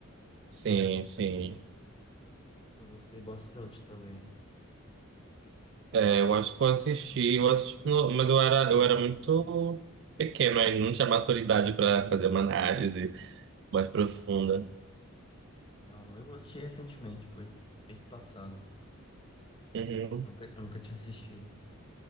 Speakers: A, on the right; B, on the left.
A: Sim, sim.
B: Eu gostei bastante também.
A: É, eu acho que eu assisti, eu assisti, no- mas eu era, eu era muito pequeno ainda, não tinha maturidade para fazer uma análise mais profunda.
B: Não, eu assisti recentemente, foi mês passado.
A: Uhum.
B: Eu nunca, eu nunca tinha assistido.